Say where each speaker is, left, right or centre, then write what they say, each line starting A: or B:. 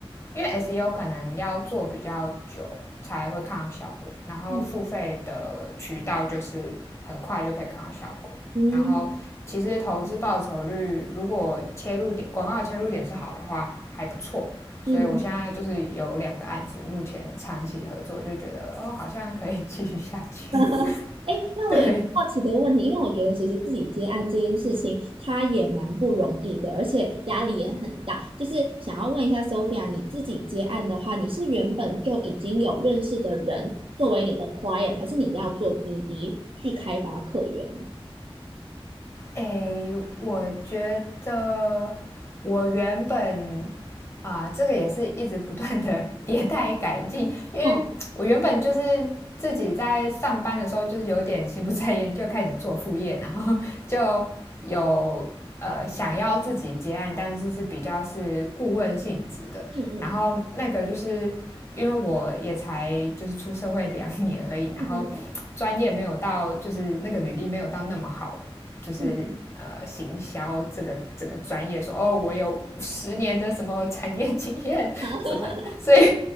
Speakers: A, on the left; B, on the right.
A: 因为 SEO 可能要做比较久才会看到效果，然后付费的渠道就是很快就可以看到效果。
B: 嗯嗯
A: 然后其实投资报酬率如果切入点广告的切入点是好的话，还不错。所以我现在就是有两个案子，
B: 嗯，
A: 目前长期合作，就觉得哦，好像可以继续下去。
B: <laughs> 哎那我有好奇的问题，
A: <laughs> 对，
B: 因为我觉得其实自己接案这件事情，它也蛮不容易的，而且压力也很大。就是想要问一下 Sophia，你自己接案的话，你是原本就已经有认识的人作为你的 client，还是你要做 BD 去开发客源？
A: 诶，我觉得我原本啊、这个也是一直不断的 <laughs> 迭代改进，因为我原本就是自己在上班的时候就是有点心不在焉，
B: 嗯
A: 就开始做副业，然后就有呃想要自己接案，但是是比较是顾问性质的，
B: 嗯嗯
A: 然后那个就是因为我也才就是出社会两年而已，然后
B: 嗯嗯
A: 专业没有到，就是那个履历没有到那么好，就是呃行销这个整个专业说哦，
B: 嗯，嗯，
A: 我有十年的什么产业经验什么的，
B: 好，<laughs>
A: 所以